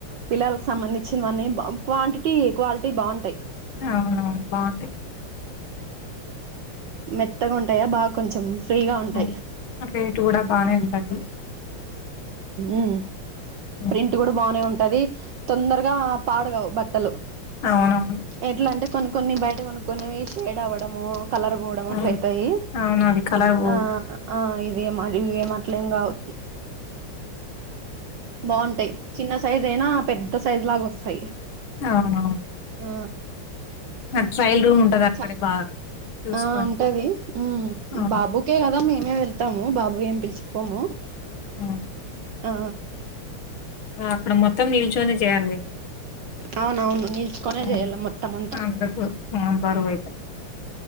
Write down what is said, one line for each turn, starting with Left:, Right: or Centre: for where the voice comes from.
Right: పిల్లలకి సంబంధించినవన్నీ క్వాంటిటీ క్వాలిటీ బాగుంటాయి
Left: అవునవును బాగుంటాయి
Right: మెత్తగా ఉంటాయా బాగా కొంచెం ఫ్రీగా ఉంటాయి
Left: ఉమ్. రేటు కూడా బానే
Right: ఉమ్
Left: ఉంటది
Right: ఉమ్
Left: ఉమ్.
Right: ప్రింట్ కూడా బానే ఉంటది తొందరగా పాడుగావు బట్టలు
Left: అవునవును
Right: ఎట్లా అంటే కొన్ని కొన్ని బయట కొనుక్కొనేవి షేడ్ అవ్వడము కలర్ పోవడం
Left: అవును
Right: అట్ల అయితాయి
Left: అవును అవి కలర్ పోవు
Right: ఆ ఆ ఇవేమి ఇవే అట్లేం గావు బాగుంటాయి చిన్న సైజ్ అయినా పెద్ద సైజు లాగా వస్తాయి
Left: అవునా
Right: ఆ
Left: ట్రయల్ రూమ్ ఉంటది అక్కడ
Right: చ
Left: బాగా చూసుకోండి
Right: ఆ ఉంటది ఉమ్
Left: అవును,
Right: బాబుకే కదా మేమే వె వెళ్తాము బాబు ఏం పిలిచిపోము
Left: అవును.
Right: ఆ
Left: అక్కడ మొత్తం నిల్చొని చేయ్యాలి
Right: అవునవును నిల్చుకొనే
Left: ఉమ్
Right: చేయాల మొత్తం అంతా
Left: అలాటప్పుడు బరువైతయ్